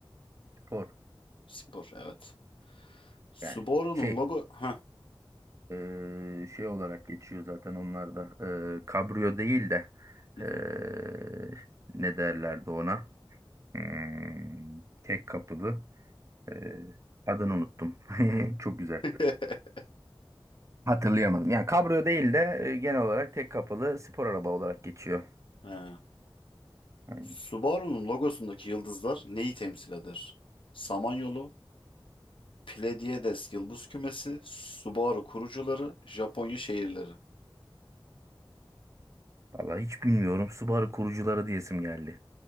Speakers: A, on the right; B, on the left.
A: Spor
B: Spor, evet. Subaru'nun
A: yani. Şey
B: logo... Heh.
A: Eee, şey olarak geçiyor zaten onlar da. Eee kabrio değil de
B: Hı
A: eee,
B: hı.
A: ne derlerdi ona? Hmm, tek kapılı. Eee, adını unuttum. <laughs> Çok güzel.
B: <laughs>
A: Hatırlayamadım. Yani kabrio değil de e, genel olarak tek kapılı spor araba olarak geçiyor.
B: Ha.
A: Yani,
B: Subaru'nun logosundaki yıldızlar neyi temsil eder? Samanyolu, Pleiades yıldız kümesi, Subaru kurucuları, Japonya şehirleri.
A: vallahi hiç bilmiyorum. Subaru kurucuları diyesim geldi.